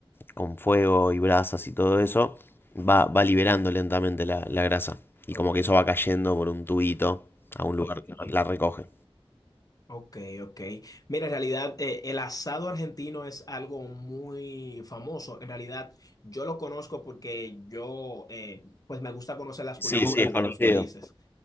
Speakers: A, on the left; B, on the left.
A: con fuego y brasas y todo eso, va, va liberando lentamente la, la grasa. Y
B: Ok.
A: como que eso va cayendo por un tubito a un lugar que la recoge.
B: Ok, ok. Mira, en realidad eh, el asado argentino es algo muy famoso. En realidad yo lo conozco porque yo, eh, pues me gusta conocer las culturas
A: Sí, sí, es conocido.
B: de los países,